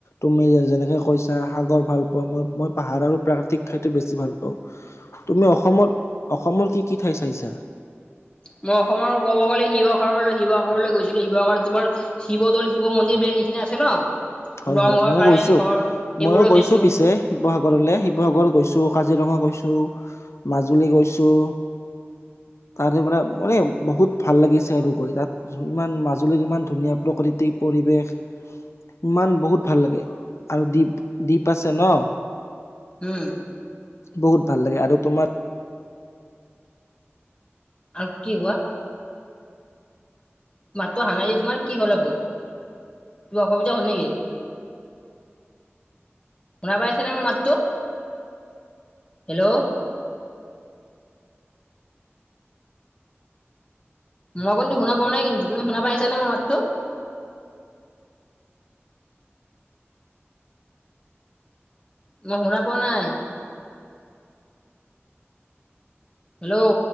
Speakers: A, on the left; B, on the left.
A: তুমি যেনেকে কৈছা সাগৰ ভাল পোৱা মই-মই পাহাৰ আৰু প্ৰাকৃতিক ঠাইতো বেছি ভাল পাওঁ৷ তুমি অসমত অসমৰ কি-কি ঠাই চাইছা?
B: মই অসমৰ ক'ব গ'লে শিৱসাগৰলৈ-শিৱসাগৰলৈ গৈছিলো শিৱসাগৰত তোমাৰ শিৱদৌল শিৱ মন্দিৰ বিলাক এইখিনি আছে ন
A: হয়-হয়
B: ৰংঘৰ
A: মইও
B: কাৰেংঘৰ
A: গৈছো
B: সেইবোৰো
A: মইো গৈছো
B: চাইছো
A: পিছে শিৱসাগৰলৈ শিৱসাগৰ গৈছো কাজিৰঙা গৈছো মাজুলী গৈছোঁ৷ তাৰেপৰা, মানে, বহুত ভাল লাগিছে আৰু গৈ তাত। ইমান, মাজুলীৰ ইমান ধুনীয়া, প্ৰকৃতিক পৰিৱেশ! ইমান, বহুত ভাল লাগে! আৰু দ্বীপ দ্বীপ আছে, ন'।
B: উম!
A: বহুত ভাল লাগে! আৰু তোমাৰ
B: আৰু কি কোৱা? মাততো আহা নাই তোমাৰ, কি হ'ল আকৌ? কিবা অসুবিধা হ'ল নেকি? শুনা পাইছেনে মোৰ মাতটো? হেল্ল'! মই কিন্তু, শুনা পোৱা নাই, কিন্তু। তুমি শুনা পাই আছা নে মোৰ মাতটো? মই শুনা পোৱা নাই। হেল্ল'?